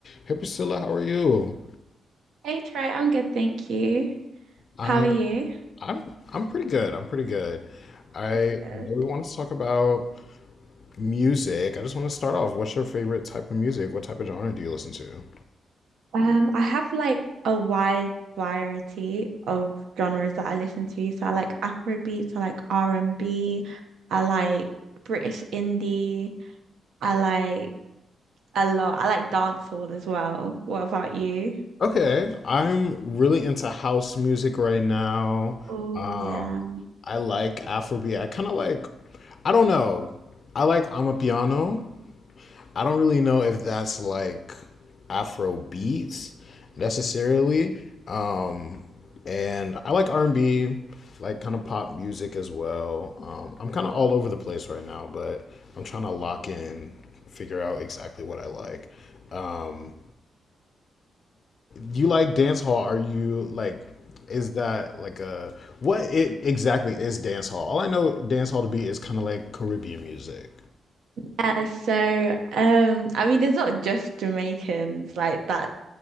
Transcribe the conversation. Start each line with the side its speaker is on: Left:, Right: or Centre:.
Left: Hey Priscilla, how are you?
Right: Hey Trey, I'm good, thank you.
Left: I'm
Right: How are you?
Left: I'm I'm pretty good. I'm pretty good. I
Right: That's good.
Left: know we want to talk about music. I just want to start off. What's your favorite type of music? What type of genre do you listen to?
Right: Um, I have like a wide variety of genres that I listen to. So I like Afrobeats, I like r and B. I like British indie, I like a lot. I like dancehall as well. What about you?
Left: Okay, I'm really into house music right now.
Right: Oh
Left: Um,
Right: yeah.
Left: I like Afrobeat. I kind of like, I don't know. I like Amapiano. I don't really know if that's like Afro beats necessarily. Um, and I like R and B, like kind of pop music as well. Um, I'm kind of all over the place right now, but I'm trying to lock in, figure out exactly what I like. Um, you like dance hall? Are you like? Is that like a what it exactly is dance hall? All I know dance hall to be is kind of like Caribbean music.
Right: Yeah, so um, I mean, it's not just Jamaicans like that